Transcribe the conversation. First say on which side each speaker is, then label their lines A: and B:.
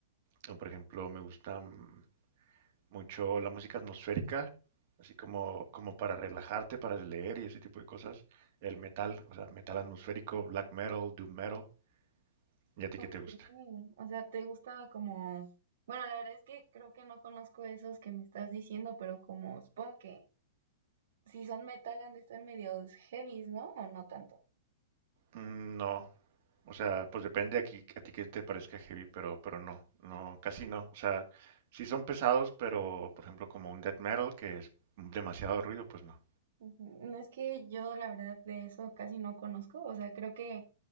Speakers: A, on the right (about 40°); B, on the right (about 65°).
A: Como, Por ejemplo, me gusta mm, mucho la música atmosférica, así como, como para relajarte, para leer y ese tipo de cosas. El metal, o sea, metal atmosférico, black metal, doom metal. ¿Y a ti
B: Ok.
A: qué te gusta?
B: O sea, ¿te gusta como... Bueno, la verdad es que creo que no conozco esos que me estás diciendo, pero como supongo que si son metal han de estar medios heavies, ¿no? O no tanto.
A: Mm, No, o sea, pues depende aquí a ti que te parezca heavy, pero, pero no, no, casi no. O sea, sí son pesados, pero por ejemplo como un death metal que es demasiado ruido, pues no.
B: Ujú. No es que yo la verdad de eso casi no conozco, o sea, creo que